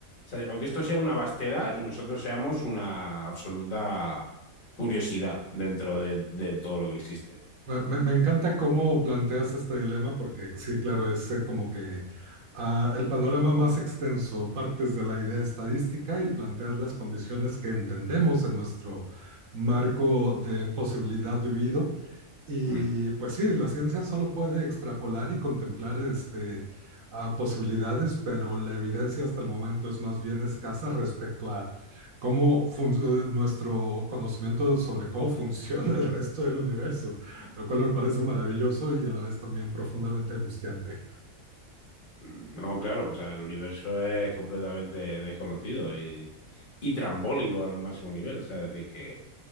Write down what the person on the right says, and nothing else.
me, me- me encanta cómo planteas este dilema porque sí, claro, es eh, como que a el panorama más extenso, partes de la idea estadística y planteas las condiciones que entendemos en nuestro marco de posibilidad vivido y
pues sí, la ciencia solo puede extrapolar y contemplar este, a posibilidades, pero la evidencia hasta el momento es más bien escasa respecto a cómo fun- nuestro conocimiento sobre cómo <laughs> funciona el resto del universo, lo cual me parece maravilloso y a la vez también profundamente angustiante.